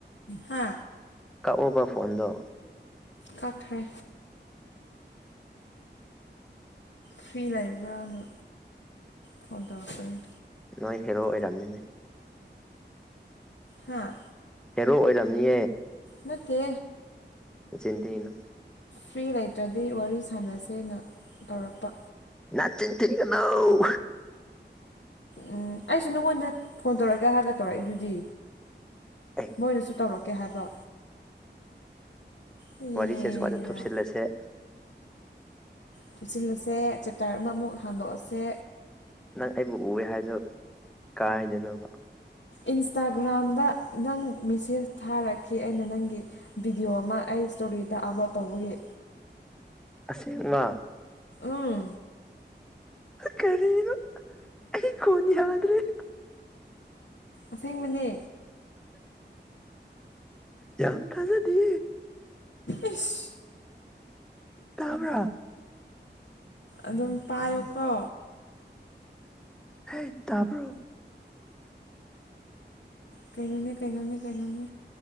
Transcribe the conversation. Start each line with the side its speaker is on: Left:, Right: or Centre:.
Left: ꯍꯥ
Centre: ꯀꯛꯎꯕ ꯐꯣꯟꯗꯣ
Left: ꯀꯈ꯭ꯔꯦ ꯐ꯭ꯔꯤ ꯂꯩꯕ꯭ꯔꯅ ꯐꯣꯟ ꯇꯧꯔꯛꯄꯅꯦ
Centre: ꯅꯣꯏ ꯍꯦꯔꯣ ꯑꯣꯏꯔꯝꯅꯤꯅꯦ
Left: ꯍꯥꯥ
Centre: ꯔꯣ ꯑꯣꯏꯔꯝꯅꯤ
Left: ꯅꯠꯇꯦ
Centre: ꯆꯤꯟꯇ ꯏꯩꯅꯨ
Left: ꯐ꯭ꯔꯤ ꯂꯩꯇ꯭ꯔꯗꯤ ꯋꯥꯔꯤ ꯁꯥꯟꯅꯁꯦꯅ ꯇꯧꯔꯛꯄ
Centre: ꯅꯅꯥ ꯆ ꯊ ꯀꯧ
Left: ꯎꯝ ꯑꯩꯁꯨ ꯅꯪꯉꯣꯟꯗ ꯐꯣꯟ ꯇꯧꯔꯛꯀꯦꯍꯔꯀ ꯇꯧꯔꯛꯏꯗꯨꯗꯤ
Centre: ꯑꯦ
Left: ꯃꯣꯏꯅꯁꯨ ꯇꯧꯔꯛꯀꯦ ꯍꯥꯏꯕ ꯍꯦꯔꯥ
Centre: ꯋꯥꯔꯤꯁꯦ ꯁ ꯋꯥꯗ ꯊꯨꯞꯁꯤꯜꯂꯁꯦ
Left: ꯊꯨꯞꯆꯤꯜꯂꯁꯦ ꯆꯦꯞꯇꯔ ꯑꯃꯃꯨꯛ ꯍꯥꯡꯗꯣꯛꯑꯁꯦ
Centre: ꯅꯪ ꯑꯩꯕꯨ ꯎꯑꯦ ꯍꯥꯏꯗꯣ ꯀꯥꯏꯗꯣꯏꯅꯣꯕ
Left: ꯏꯟꯁꯇꯥꯒ꯭ꯔꯥꯝꯗ ꯅꯪ ꯃꯦꯁꯦꯁ ꯊꯥꯔꯛꯈꯤ ꯑꯩꯅ ꯅꯪꯒꯤ ꯕꯤꯗꯤꯑꯣ ꯑꯃ ꯑꯩ ꯔꯤꯗ ꯑꯕ ꯇꯧꯕꯒꯤ
Centre: ꯑꯁꯤꯁꯦꯡꯃ
Left: ꯎꯝ
Centre: ꯀꯔꯔ ꯏ ꯀꯣꯟꯅꯤ ꯍꯥꯏ꯭ꯔꯦ
Left: ꯑꯁꯦꯡꯕꯅꯦ
Centre: ꯌꯥꯪ ꯊꯖꯦꯗꯤ
Left: ꯑꯁ
Centre: ꯇ ꯑꯃ꯭ꯔ
Left: ꯑꯗꯨꯝ ꯄꯥꯏꯌꯨꯀꯣ
Centre: ꯍ ꯇꯄ
Left: ꯀꯩꯅꯩꯅꯅꯦ ꯀꯩꯅꯣꯅꯦ ꯀꯩꯅꯣꯅꯦ